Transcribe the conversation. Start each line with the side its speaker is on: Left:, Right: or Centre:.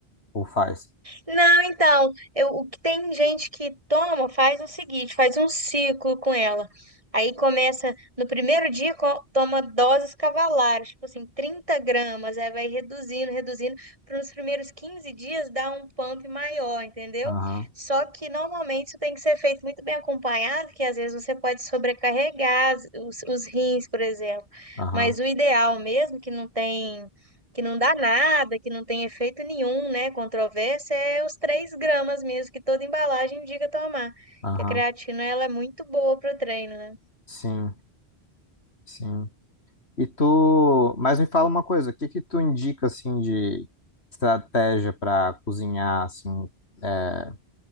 Left: Ou faz.
Right: Não, então, eu, o que tem gente que toma, faz o seguinte, faz um ciclo com ela. Aí começa, no primeiro dia, co- toma doses cavalares, tipo assim, 30 gramas, aí vai reduzindo, reduzindo, para nos primeiros 15 dias dar um pump maior, entendeu?
Left: Aham,
Right: Só que normalmente isso tem que ser feito muito bem acompanhado, que às vezes você pode sobrecarregar as- os, os rins, por exemplo.
Left: aham,
Right: Mas o ideal mesmo, que não tem que não dá nada, que não tem efeito nenhum, né? Controvérsia é os 3 gramas mesmo que toda embalagem indica tomar.
Left: aham.
Right: Que a creatina ela é muito boa para o treino, né?
Left: Sim, sim. E tu, mas me fala uma coisa, o que que tu indica assim de estratégia para cozinhar assim, é,